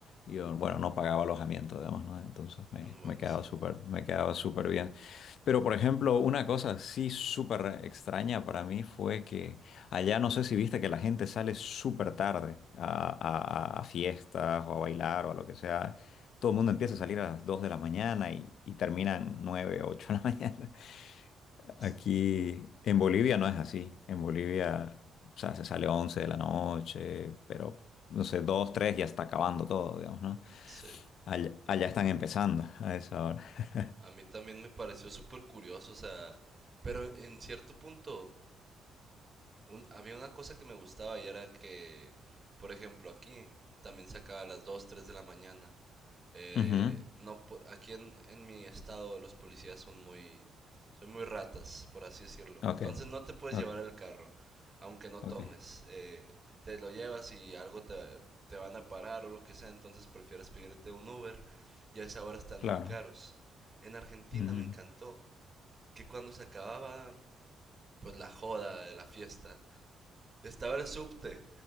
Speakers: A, on the left; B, on the right.
A: yo, bueno, no pagaba alojamiento, digamos, ¿no? Entonces me,
B: Mm, buenísimo.
A: me quedaba súper, me quedaba súper bien. Pero, por ejemplo, una cosa sí súper extraña para mí fue que allá no sé si viste que la gente sale súper tarde a, a a- a fiestas o a bailar o a lo que sea. Todo el mundo empieza a salir a las 2 de la mañana y, y terminan 9 8 de la <laughs> mañana.
B: S-
A: Aquí en Bolivia no es así. En Bolivia, o sea, se sale 11 de la noche, pero no sé, 2 3 ya está acabando todo, digamos, ¿no?
B: Sí,
A: Allá, allá están empezando a esa hora. <laughs>
B: a mí también me pareció súper curioso, o sea, pero en cierto punto Un- había una cosa que me gustaba y era que, por ejemplo, aquí también se acaba a las 2 3 de la mañana. Eh,
A: Ujú.
B: no, po- aquí en, en mi estado los policías son muy, son muy ratas, por así decirlo.
A: Ok,
B: Entonces no te puedes
A: ok,
B: llevar el carro, aunque no tomes.
A: ok,
B: Eh, te lo llevas y algo te, te van a parar o lo que sea, entonces prefieres pedirte un Uber y a esa hora están
A: claro.
B: muy caros. En Argentina
A: Mm,
B: me encantó que cuando se acababa pues la joda de la fiesta, estaba el subte,